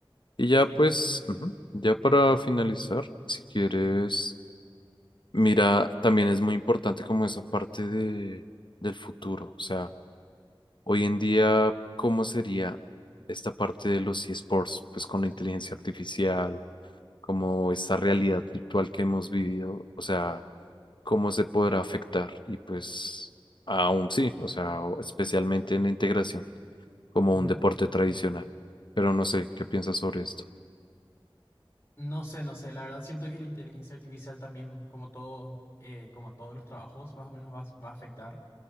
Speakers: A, on the left (about 60°); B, on the left (about 25°).
A: Y ya
B: sí.
A: pues,
B: tot-
A: ujú, ya para finalizar, si quieres, mira, también es muy importante como esa parte de, del futuro. O sea, hoy en día, ¿cómo sería esta parte de los eSports? Pues con la inteligencia artificial, como esta realidad virtual que hemos vivido, o sea, ¿cómo se podrá afectar? Y pues, aún sí, o sea, o- especialmente en la integración, como
B: ujú.
A: un deporte tradicional. Pero no sé, ¿qué piensas sobre esto?
B: No sé, no sé. La verdad siento que la inteligencia artificial también, como todo, eh, como a todos los trabajos, más o menos va, a va a afectar.